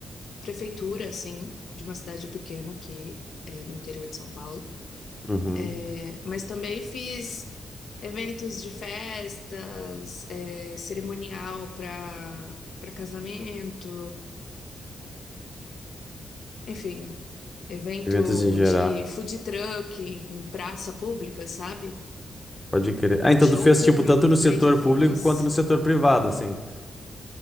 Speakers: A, on the left; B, on the left.
A: prefeitura, assim, de uma cidade pequena aqui, é, no interior de São Paulo,
B: Uhum.
A: É, mas também fiz. Eventos de festas, é, cerimonial para para casamento, Enfim, evento
B: Eventos em geral.
A: de food truck em praça pública, sabe?
B: Pode crer. Ah, então
A: Show
B: tu fez,
A: público
B: tipo, tanto
A: também
B: no setor
A: já fiz.
B: público quanto no setor privado, assim.